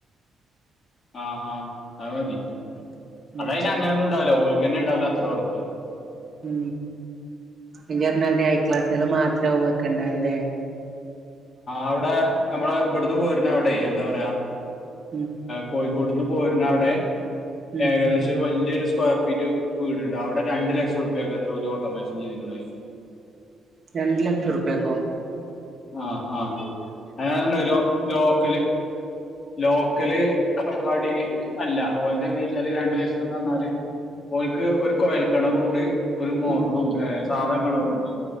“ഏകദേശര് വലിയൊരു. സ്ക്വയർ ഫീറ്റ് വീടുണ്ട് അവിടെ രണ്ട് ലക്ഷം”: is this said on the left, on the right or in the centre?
Left